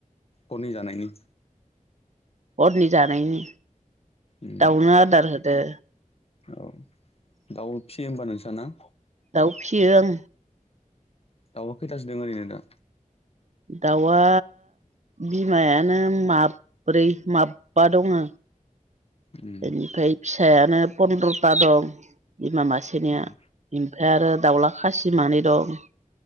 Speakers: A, on the left (about 45°); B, on the right (about 60°).
A: खनि जानायनि
B: हरनि जानायनि
A: उम
B: दाउनो आदार होदो,
A: औ, दाउ फिसियो होमबा नोंसा ना?
B: दाउ फियो आं।
A: दाउआ खैथासो दङो ओरैनो दा?
B: दाउआ बिमायानो माब्रै, माबबा दङो।
A: उम
B: बेनिफ्राय फिसायानो पनन्द्रथा दं। बिमा मासेनिया,
A: उम
B: ओमफ्राय आरो दाउला खासि मानै दं।